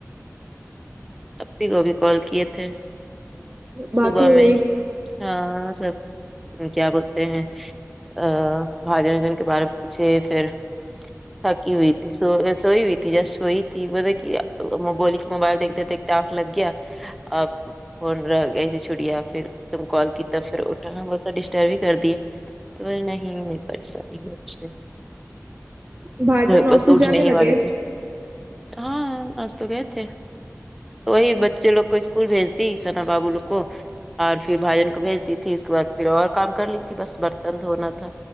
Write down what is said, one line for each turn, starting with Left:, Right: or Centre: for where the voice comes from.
Centre: آپی کو بھی کال کیے تھے
Right: بات
Centre: صبح
Right: ہو
Centre: میں
Right: گئی
Centre: ہاں سب کیا بولتے ہیں ا بھائی جان وجن کے بارے میں پوچھے پھر تھکی ہوئی تھی سو سوئی ہوئی تھی جس سوئی تھی مطلب کہ بولی کے موبائل دیکھتے دیکھتے تاخ لگیا آپ فون رہ گیا گئے تھے چھڑیاپھر تم کال کی تب اٹھا بولتا ڈسٹرب ہی کر دی ہے تو نہیں اکثر ہی گروپ سے
Right: بھائی جان آفس
Centre: بس اٹھنے
Right: جانے
Centre: ہی
Right: لگے
Centre: والے تھے ہاں آج تو گئے تھے تو وہی بچے لوگ کو اسکول بھیج دی سنا بابو لوگ کو اور پھر بھائی جن کو بھیج دی تھی اس کے بعد پھر اور کام کر لی تھی بس برتن دھونا تھا